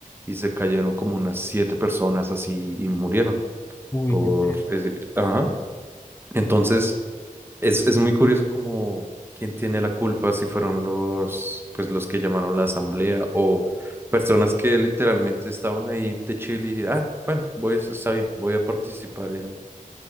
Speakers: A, on the right (about 15°); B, on the left (about 15°).
A: y se cayeron como unas siete personas así y murieron
B: uy,
A: por
B: en serio.
A: ese- Ajá. Entonces, es, es muy curioso como quién tiene la culpa, si fueron los, pues los que llamaron la asamblea o personas que literalmente estaban ahí de Chile y, ah, bueno, voy, a- está bien, voy a participar en,